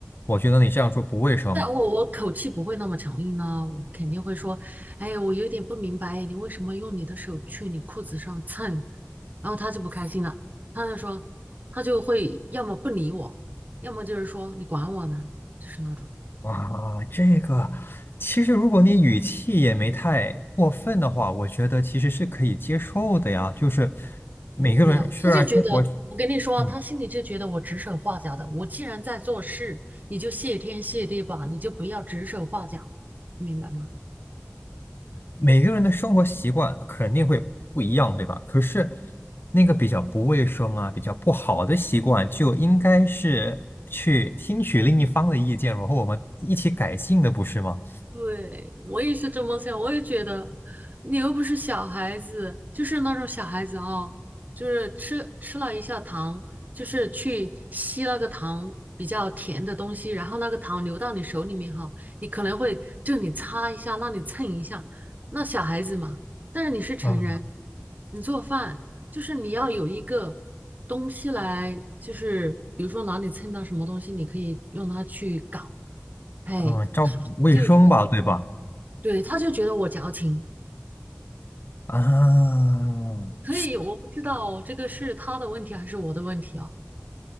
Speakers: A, on the left; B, on the right.
A: 我觉得你这样做不卫生。
B: 但我我口气不会那么强硬呢，我肯定会说，哎，我有点不明白，你为什么用你的手去你裤子上蹭？然后他就不开心了，他就说，他就会要么不理我，要么就是说你管我呢，就是那种
A: 哇，这个其实如果你语气也没太过分的话，我觉得其实是可以接受的呀。就是每个人虽然生活，
B: 没有，他就觉得我跟你说，
A: 嗯，
B: 他心里就觉得我指手画脚的，我既然在做事，你就谢天谢地吧，你就不要指手画脚，你明白吗？
A: 每个人的生活习惯肯定会不一样，对吧？可是那个比较不卫生啊，比较不好的习惯，就应该是去听取另一方的意见，然后我们一起改进的，不是吗？
B: 对，我也是这么想，我也觉得，你又不是小孩子，就是那种小孩子哦，就是吃吃了一下糖，就是去吸那个糖比较甜的东西，然后那个糖流到你手里面哈，你可能会就你擦一下，那你蹭一下，那小孩子嘛，但是你是成人，
A: 嗯
B: 你做饭就是你要有一个东西来，就是比如说哪里蹭到什么东西，你可以用它去搞，哎，
A: 嗯，照顾卫生吧，
B: 就觉得。
A: 对吧？
B: 对，他就觉得我矫情，
A: 啊。
B: 所以我不知道这个是他的问题还是我的问题啊。